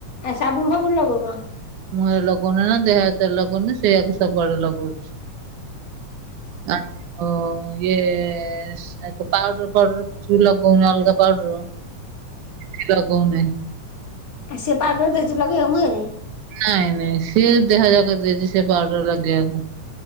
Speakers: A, on the left (about 40°); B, on the right (about 75°).
A: ଆ ସାବୁନ ଫାବୁନ ଲାଗୋଉନ?
B: ମୁଁରେ ଲଗୋଉନା ଦେହ ହାତରେ ଲଗୋଉନା ସେଇଆକୁ ସବୁଆଡେ ଲଗୋଉଛି। <unintelligible> ଇଏ ସେ ପାଉଡର ପାଉଡର କିଛି ବି ଲଗୋଉନି ଅଲଗା ପାଉଡର। କିଛି ଲଗୋଉ ନାଇଁ।
A: ଆଉ ସେ ପାଉଡର ଦେଇଚି ଲଗେଇବାକୁ ମୁଇଁରେ।
B: ନାଇଁ ନାଇଁ ସିଏ ଦେହ ଯାକ ଦେଇଚି ସେ ପାଉଡର ଲଗେଇବାକୁ।